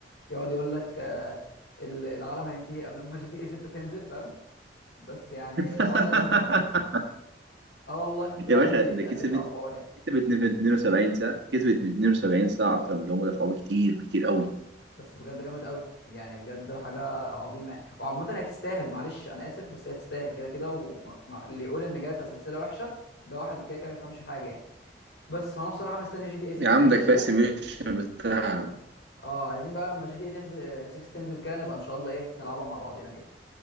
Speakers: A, on the left; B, on the right.
A: يقعد يقول لك آه، ال- العالم هينتهي قبل ما <laughs> جي تي اي 6 تنزل فاهم بس يعني
B: <laughs>
A: الحوار لذيذ عامه اه والله يقعدوا
B: يا باشا
A: يقلشوا
B: ده كسبت
A: على الحوار يعني
B: كسبت 72 ساعة كسبت 72 ساعة أكتر من اللي هم دفعوه كتير كتير قوي
A: بس بجد جامد قوي يعني بجد حاجه عظيمه يعني وعامه هي تستاهل معلش انا اسف بس هي تستاهل كده كده واللي يقول ان جاتا سلسله وحشه ده واحد كده كده ما يفهمش حاجه يعني بس هو انا بصراحه مستني جي تي اي 6
B: يا عم
A: تنزل
B: ده كفاية
A: يعني
B: السيميوليشن بتاعها
A: اه عايزين بقى لما جي تي اي تنزل 6 تنزل كده نبقى ان شاء الله ايه نلعبها مع بعضينا كده